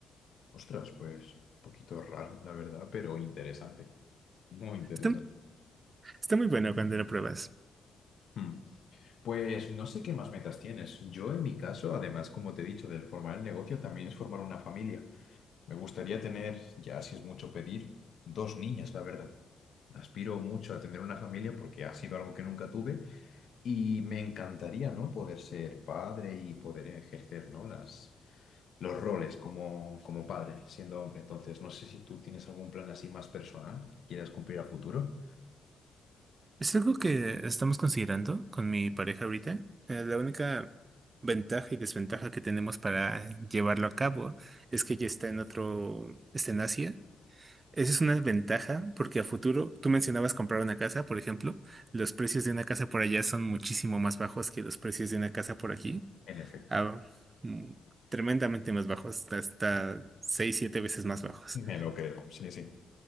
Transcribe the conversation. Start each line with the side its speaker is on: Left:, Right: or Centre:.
Left: Ostras, pues un poquito raro, la verdad, pero interesante. Muy interesante.
Right: Está, está muy bueno cuando lo pruebas.
Left: Mm. Pues no sé qué más metas tienes. Yo en mi caso, además, como te he dicho, del formar el negocio también es formar una familia. Me gustaría tener, ya si es mucho pedir, dos niñas, la verdad. Aspiro mucho a tener una familia porque ha sido algo que nunca tuve y me encantaría, ¿no? Poder ser padre y poder ejercer, ¿no? Las, los roles como, como padre, siendo hombre. Entonces, no sé si tú tienes algún plan así más personal que quieras cumplir a futuro.
Right: Es algo que estamos considerando con mi pareja ahorita. Eh, la única ventaja y desventaja que tenemos para llevarlo a cabo es que ya está en otro, está en Asia. Esa es una ventaja porque a futuro, tú mencionabas comprar una casa, por ejemplo, los precios de una casa por allá son muchísimo más bajos que los precios de una casa por aquí.
Left: En efecto,
Right: Ah, mm, tremendamente más bajos, hasta seis, siete veces más bajos.
Left: me lo creo. Sí, sí.